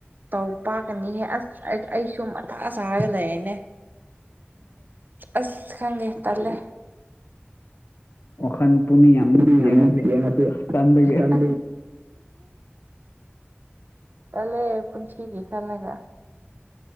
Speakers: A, on the right (about 50°); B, on the left (about 70°).
A: ꯇꯧ ꯄꯥꯛꯀꯅꯤꯍꯦ ꯑꯁ ꯑꯩꯁꯨ ꯃꯊꯥ ꯁꯥꯥꯔꯒ ꯂꯩꯔꯦꯅꯦ
B: ꯎꯝ
A: ꯑꯁ ꯈꯪꯗꯦ ꯇꯜꯂꯦ
B: ꯋꯥꯈꯜ ꯄꯨꯛꯅꯤꯡ ꯌꯥꯝ ꯅꯨꯡꯁꯤꯌꯦ
A: ꯊꯂꯤꯌꯥꯒ
B: ꯉꯁꯤ ꯇꯟꯕꯒꯤ
A: ꯆ <inaudible> ꯇꯜꯂꯦ ꯄꯨꯟꯁꯤꯒꯤ ꯈꯜꯂꯒ